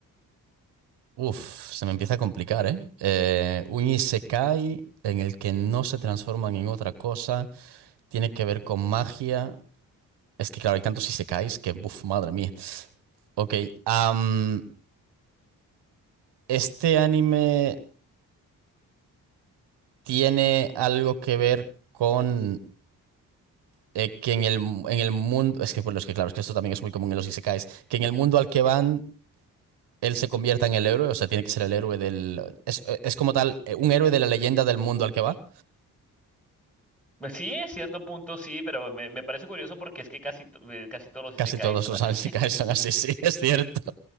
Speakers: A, on the right; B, in the centre.
A: Uf, se me empieza a complicar, ¿eh? Eh, un isekai en el que no se transforman en otra cosa, tiene que ver con magia. Es que claro, hay tantos isekais que, buf, madre mía. Ok, am, ¿este anime tiene algo que ver con eh, que en el, en el mundo... Es que, bueno, es que claro, es que esto también es muy común en los isekais, que en el mundo al que van, él se convierta en el héroe, o sea, tiene que ser el héroe del... Es, es como tal, eh, un héroe de la leyenda del mundo al que va.
B: Pues sí, en cierto punto sí, pero me, me parece curioso porque es que casi, to- eh, casi todos los
A: Casi
B: isekais
A: todos
B: son
A: los
B: así.
A: <laughs> isekais son así, <laughs> sí, es cierto.